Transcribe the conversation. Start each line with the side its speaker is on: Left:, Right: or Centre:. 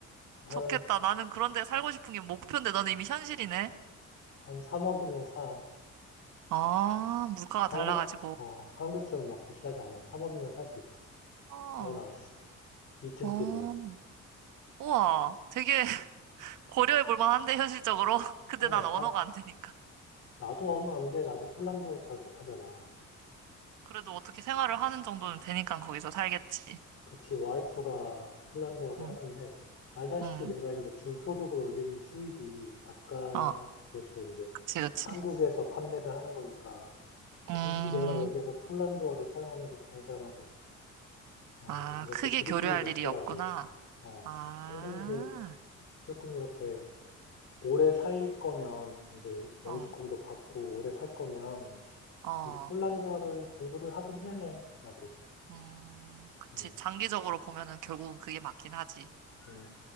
Left: 한,
Right: 좋겠다. 나는 그런데 살고 싶은 게 목표인데 너는 이미 현실이네.
Left: 한 3억이면 사.
Right: 아, 물가가
Left: 한국,
Right: 달라가지고.
Left: 어, 한국처럼 막 비싸지 않아. 3억이면 살 수 있어.
Right: 아,
Left: 타운하우스. 2층
Right: 어,
Left: 집으로.
Right: 우와. 되게 <laughs>
Left: 응.
Right: 고려해 볼 만한데, 현실적으로. <laughs> 근데
Left: 어,
Right: 난 언어가
Left: 방,
Right: 안 되니까.
Left: 나도 언어 안 돼. 나도 폴란드어 잘 못하잖아.
Right: 그래도 어떻게 생활을 하는 정도는 되니까 거기서 살겠지.
Left: 그치, 와이프가 폴란드어를
Right: 응,
Left: 하는데, 알다시피
Right: 응.
Left: 내가 이제 주소득을 올리는 수입이 작가로서
Right: 어,
Left: 이제
Right: 그치, 그치.
Left: 한국에서 판매를 하는 거니까,
Right: 음,
Left: 굳이 내가 여기에서 폴란드어를 사용하면서 다른 사람하고, 어,
Right: 아,
Left: 이렇게
Right: 크게
Left: 부딪힐
Right: 교류할
Left: 일이 없더라고.
Right: 일이 없구나.
Left: 어,
Right: 아,
Left: 근데 이제 조금 이렇게 오래 살 거면, 이제
Right: 어,
Left: 영주권도 받고 오래 살 거면,
Right: 어.
Left: 이제 폴란드어를 공부를 하긴 해야 해, 나도.
Right: 음, 그치.
Left: 음,
Right: 장기적으로 보면은 결국은 그게 맞긴 하지.
Left: 음.